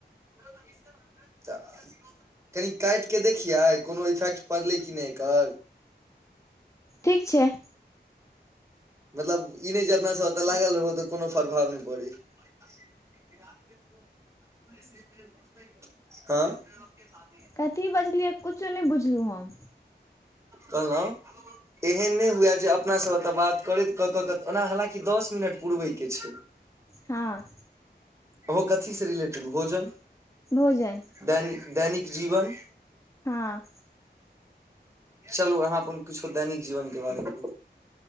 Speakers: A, on the right; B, on the left.
A: त। कनि काटि कऽ देखियै कोनो इफेक्ट पड़लै कि नहि एकर
B: ठीक छै।
A: मतलब ई नहि जे अपना सभ ओतऽ लागल रहो तऽ कोनो प्रभाव नहि पड़े। <unintelligible>
B: कथी बजलियै कुछो नाए बुझलु हम
A: कहलऊ <inaudible> एहन नय हुए जे अपना सब एतऽ बात करैत कऽ कऽ क ओना हलाकी दस मिनट पुरबै के छै
B: हँ
A: ओहो कथी से रिलेटेड भोजन
B: भोजन
A: दैनिक दैनिक जीवन
B: हँ
A: चलू अहाँ अपन किुछो दैनिक जीवन के बारेमे बताऊ